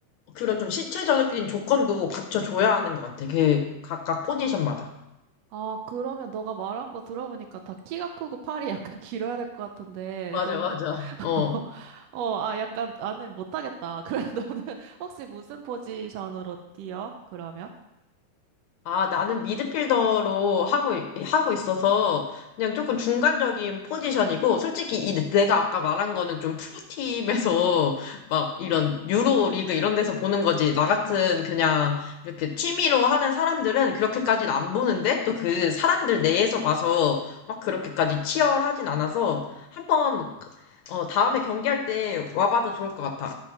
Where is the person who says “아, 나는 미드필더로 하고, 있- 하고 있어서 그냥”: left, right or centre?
Left